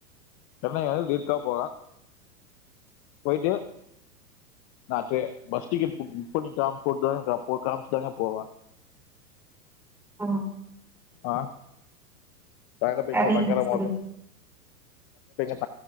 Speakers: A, on the left; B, in the centre.
A: சென்னை வந்து லீவ்க்கா போற போயிட்டு நா ட்ரே பஸ் டிக்கெட் ஃபுக் பண்ணி கா போட்டுங்க காமிச்சுதாங்க போவ
B: அ
A: அ சாங்லப்ப
B: சரிங்க
A: இங்க பய்ங்கரமா
B: சரிங்க
A: இருக்கு <unintelligible>